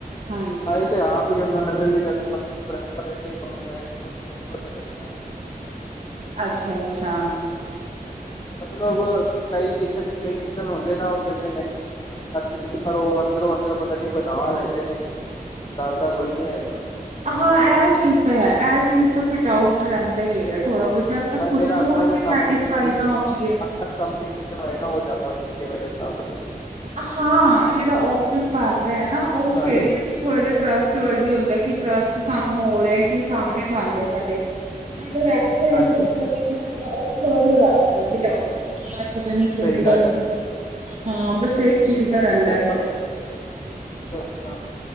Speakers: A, on the right; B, on the left.
A: ਹਾਂਜੀ
B: ਹ ਆਪ ਯਮੁਨਾ ਨਗਰ ਵੀ ਜਾਦੋ, ਬ ਬਿਲਕੁਲ ਨੀ ਕਰੀ ਦਾ
A: ਅੱਛਾ, ਅੱਛਾ।
B: ਮਤਲਬ ਕਈ ਕਿਚਨ, ਕਈ ਕਿਚਨ ਹੁੰਦੇ ਨਾ ਉਹ ਕਹਿੰਦੇ ਨਹੀਂ ਅਸੀਂ ਨ, ਪਰ ਉਹ ਅੰਦਰੋਂ ਅੰਦਰ ਪਤਾ ਨੀ ਬਣਾ ਲੈਂਦੇ ਨੇ ਡਰਦਾ ਕੋਈ ਨੀ ਹੈਗਾ।
A: ਹਾਂ ਇਹ ਚੀਜ਼ ਤਾਂ ਹੈ, ਇਹ ਚੀਜ਼ ਤਾਂ ਫਿਰ ਡਾਊਟ ਰਹਿੰਦਾ ਹੀ ਹੈਗਾ ਥੋੜ੍ਹਾ ਬਹੁਤ ਤਾਂ
B: ਬਸ
A: ਖੁਦ
B: ਜਿਹੜਾ
A: ਨੂੰ,
B: ਅੱਖਾਂ
A: ਅਸੀਂ
B: ਦੇ ਸਾਹਮਣੇ
A: ਸੈਟਿਸਫਾਈ
B: ਜਿਹੜੀ ਚੀਜ਼
A: ਨਾ ਹੋ ਜਾਈਏ
B: ਸਾਹਮਣੇ ਹੈ ਨਾ ਉਹ, ਜ਼ਿਆਦਾ ਵਧੀਆ ਮੇਰੇ ਹਿਸਾਬ ਨਾਲ
A: ਹਾਂ, ਜਿਹੜਾ ਓਪਨ ਬਾਲ ਰਿਹਾ ਨਾ, ਉਹ
B: ਹਾਂਜੀ
A: ਫੇਰ ਵੀ ਅਸੀਂ ਥੋੜ੍ਹਾ ਜਿਹਾ ਟਰੱਸਟ ਵਰਦੀ ਹੁੰਦਾ, ਕਿ ਟਰੱਸਟ ਸਾਨੂੰ ਹੋ ਰਿਆ ਕਿ ਸਾਹਮਣੇ ਬਣ ਰਹਾ ਸਾਡੇ ਰੈਸਟੋਰੈਂਟ
B: ਹਾਂਜੀ
A: ਵਗੈਰਾ ਵਿੱਚ ਹੈ, ਉਹ ਵੀ ਥੋੜਾ ਜਿਹਾ
B: ਹੂੰ
A: ਦਾ, ਕਿ ਯਾਰ ਪਤਾ ਨੀ ਕਿਵੇਂ
B: ਸਹੀ
A: ਦਾ,
B: ਗੱਲ ਹੈ।
A: ਹਾਂ ਬ ਇਸ ਚੀਜ਼ ਦਾ ਰੰਦਾ,
B: ਹੋਰ
A: ਥੋੜਾ ਜਹਾ।
B: ਅੱਛਾ